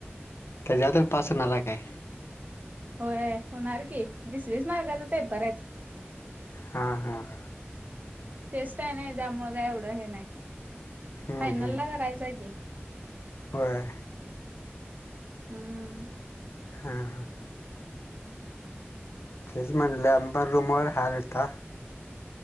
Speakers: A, on the left (about 75°); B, on the right (about 40°).
A: त्याच्यात पास होणार काय?
B: होय होणार की वीस वीस मार्कच पेपरत.
A: हम्म हम्
B: टेस्ट आहे ना त्यामुळे काय एवढं हे नाही
A: हम्म
B: फायनल
A: हम्म
B: ला करायचं आहे की.
A: होय.
B: हम्म.
A: हा हा तेच म्हणले आम्ही पण रूमवर आलता.